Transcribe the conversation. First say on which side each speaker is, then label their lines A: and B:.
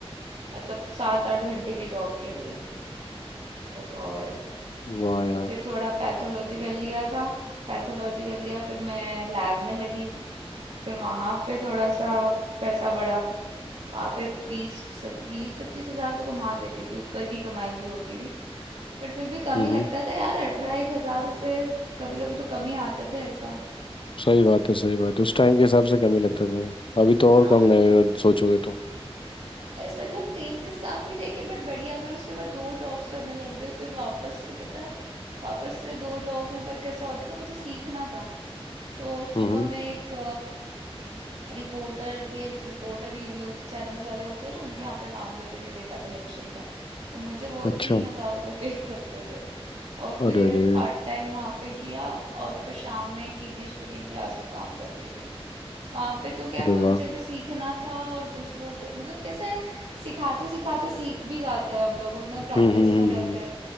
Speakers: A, on the right (about 80°); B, on the left (about 55°).
A: मतलब सात आठ घंटे की जॉब के लिए ओ गॉड
B: वाह यार
A: फिर थोड़ा पैथोलॉजी कर लिया था पैथोलॉजी कर लिया फिर मैं लैब में लगी फिर वहां पे थोड़ा सा पैसा बढ़ा वहां पे बीस बीस पच्चीस हजार तो कमा लेती थी ऊपर की कमाई भी होती थी बट फिर भी कम
B: हम्म
A: ही लगता था यार अठारह एक हजार रुपए कभी कभी तो कम ही आते थे ऐसा
B: सही बात है सही बात
A: होता
B: है उस टाइम
A: है।
B: के हिसाब से कम ही लगता था अभी तो
A: हाँ
B: और कम
A: मतलब
B: लगेगा सोचोगे तो
A: अरे मतलब चेंजेस काफी देखे बट बढ़िया फिर उसके बाद दो जॉब्स करने लग गए फिर वापस से पता है वापस से दो जॉब्स में पर कैसा होता था मुझे सीखना था तो सुबह
B: हम्म
A: में एक रिपोर्टर ये रिपोर्टर ये न्यूज चैनल्स वाले होते हैं ना उनके यहाँ पे काम करती थी डेटा कलेक्शन का तो मुझे वो
B: अच्छा
A: तीन हजार रुपये पे <laughs> करते थे और
B: अरे
A: फिर
B: अरे
A: पार्ट टाइम वहाँ पे किया और फिर शाम में एक इंग्लिश स्पीकिंग क्लास में काम करती थी वहां पे तो क्या
B: अरे
A: मुझे
B: वाह
A: भी सीखना था और दूसरों को मतलब कैसे है, सिखाते सिखाते सीख भी जाते हैं हम लोग उतना प्रैक्टिस
B: हम्म हम्म
A: में रहते
B: हम्म
A: हैं